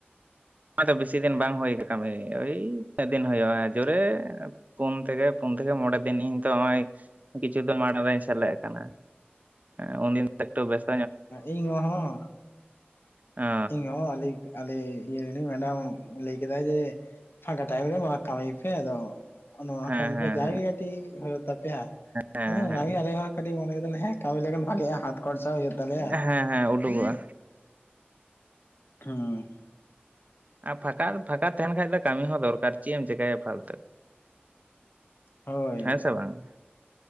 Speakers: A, on the right; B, on the left.
A: ᱱᱚᱜ ᱚᱭᱛᱚ ᱵᱮᱥᱤ ᱫᱤᱱ ᱵᱟᱝ ᱦᱩᱭ ᱠᱟᱱᱟ ᱠᱟ. ᱢᱤ ᱳᱭ ᱛᱤᱱᱟ. ᱜ ᱫᱤᱱ ᱦᱩᱭᱩᱜᱼᱟ ᱡᱳᱨᱮ ᱯᱳᱱ ᱛᱷᱮᱠᱮ ᱯᱳᱱ ᱛᱷᱮᱠᱮ ᱢᱚᱬᱮ ᱫᱤᱱ ᱤᱧ ᱛᱚ ᱱᱚᱜ ᱚᱭ ᱠᱤᱪᱷᱩ ᱫᱤᱱ ᱢᱟᱲᱟᱝ ᱨᱮᱧ ᱥᱮᱞᱮᱫ ᱠᱟᱱᱟ ᱩᱱᱫᱤᱱ ᱫᱚ ᱮᱠᱴᱩ ᱵᱮᱥ
B: ᱤᱧ ᱦᱚᱸ ᱦᱚᱸ
A: ᱚ
B: ᱤᱧ ᱦᱚᱸ ᱟᱞᱮ ᱟᱞᱮ ᱤᱭᱟᱹ ᱨᱤᱱᱤᱡ ᱢᱮᱰᱟᱢ ᱞᱟᱹᱭ ᱠᱮᱫᱟ ᱡᱮ ᱯᱷᱟᱸᱠᱟ ᱴᱟᱭᱤᱢ ᱨᱮ ᱱᱚᱣᱟ ᱠᱟᱹᱢᱤ ᱯᱮ ᱟᱫᱚ ᱱᱚᱣᱟ
A: ᱦᱮᱸ
B: ᱠᱟᱹᱢᱤ
A: ᱦᱮᱸ
B: ᱯᱮ ᱡᱟᱜᱮ ᱠᱟᱹᱴᱤᱡ ᱦᱩᱭᱩᱜ ᱛᱟᱯᱮᱭᱟ᱾
A: ᱦᱮᱸ
B: ᱟᱫᱚ ᱚᱱᱟᱜᱮ
A: ᱦᱮᱸ
B: ᱟᱞᱮ ᱦᱚ ᱠᱟᱹᱴᱤᱡ ᱢᱚᱱ ᱠᱮᱫᱟᱞᱮ ᱠᱟᱹᱢᱤ ᱞᱮᱠᱷᱟᱱ ᱵᱷᱟᱜᱮᱜᱼᱟ ᱦᱟᱛ ᱠᱷᱚᱨᱪᱟ ᱦᱩᱭᱩᱜ ᱛᱟᱞᱮᱭᱟ
A: ᱦᱮᱸ ᱦᱮᱸ ᱩᱰᱩᱠᱚᱜᱼᱟ
B: ᱦᱩᱸ
A: ᱟᱨ ᱯᱷᱟᱸᱠᱟ ᱯᱷᱟᱸᱠᱟ ᱛᱟᱦᱮᱱ ᱠᱷᱟᱡ ᱫᱚ ᱠᱟᱹᱢᱤ ᱦᱚᱸ ᱫᱚᱨᱠᱟᱨ ᱪᱮᱫ ᱮᱢ ᱪᱮᱠᱟᱹᱭᱟ ᱯᱷᱟᱞᱛᱩ᱾
B: ᱦᱳᱭ
A: ᱦᱮᱸ ᱥᱮ ᱵᱟᱝ